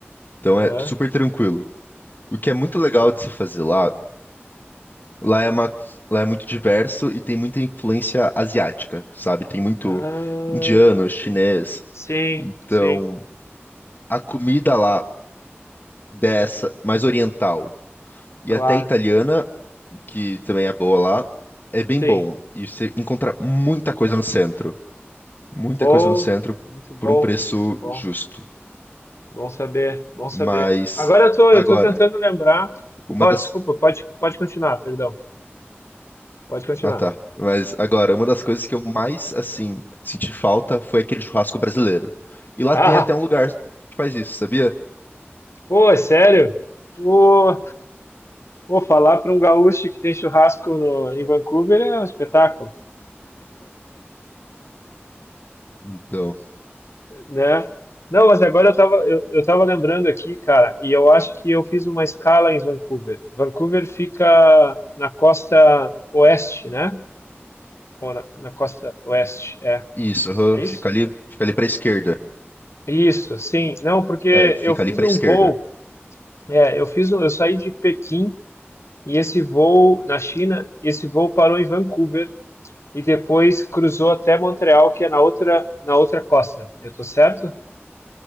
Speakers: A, on the left; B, on the left.
A: Então
B: Aham,
A: é super tranquilo. O que é muito legal
B: mas.
A: de se fazer lá, lá é uma, lá é muito diverso e tem muita influência asiática, sabe? Tem muito
B: Ah,
A: indiano, chinês.
B: sim,
A: Então,
B: sim,
A: a comida lá dessa, mais oriental e
B: claro.
A: até italiana, que também é boa lá, é bem
B: Sim,
A: bom. E você encontra muita coisa no centro, muita
B: pô,
A: coisa no centro
B: muito bom,
A: por um preço
B: muito bom.
A: justo.
B: Bom saber, bom saber.
A: Mas
B: Agora eu tô, eu
A: agora,
B: tô tentando lembrar.
A: uma
B: Pode,
A: das
B: desculpa, pode, pode continuar, perdão. Pode continuar.
A: Ah, tá. Mas agora, uma das coisas que eu mais, assim, senti falta foi aquele churrasco brasileiro. E lá
B: Ah,
A: tem até um lugar que faz isso, sabia?
B: pô, é sério? Pô, pô, falar para um gaúcho que tem churrasco no, em Vancouver é um espetáculo,
A: Então,
B: né? Não, mas agora eu tava, eu, eu tava lembrando aqui, cara, e eu acho que eu fiz uma escala em Vancouver. Vancouver fica na costa oeste, né? Ou na, na costa oeste, é.
A: isso, aham,
B: É
A: fica
B: isso?
A: ali, fica ali pra esquerda.
B: Isso, sim. Não, porque
A: É, fica
B: eu fiz
A: ali pra
B: um
A: esquerda.
B: voo. É, eu fiz, um- eu saí de Pequim e esse voo na China, esse voo parou em Vancouver e depois cruzou até Montreal, que é na outra, na outra costa. Eu tô certo?